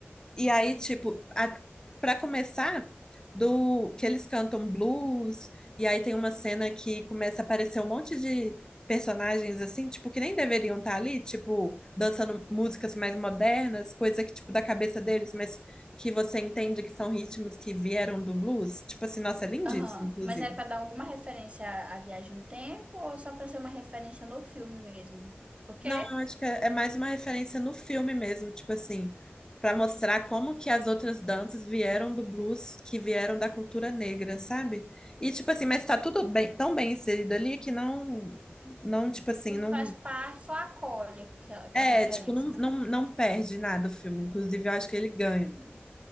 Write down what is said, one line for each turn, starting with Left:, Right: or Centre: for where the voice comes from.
Left: E aí, tipo, a, para começar do que eles cantam blues, e aí tem uma cena que começa a aparecer um monte de personagens assim, tipo, que nem deveriam estar ali, tipo, dançando músicas mais modernas, coisa que tipo da cabeça deles, mas que você entende que são ritmos que vieram do blues. Tipo assim, nossa, é lindíssimo,
Right: Aham.
Left: inclusive.
Right: Mas era pra dar alguma referência à, à viagem no tempo ou só pra ser uma referência no filme mesmo? Porque
Left: Não, acho que é é mais uma referência no filme mesmo, tipo assim, para mostrar como que as outras danças vieram do blues, que vieram da cultura negra, sabe? E tipo assim, mas tá tudo bem, tão bem inserido ali que não, não, tipo assim,
Right: isso
Left: não,
Right: faz parte, só acolhe aquela, aquela
Left: é,
Right: referência,
Left: tipo, não,
Right: né?
Left: não, não perde nada o filme, inclusive eu acho que ele ganha.
Right: Hum.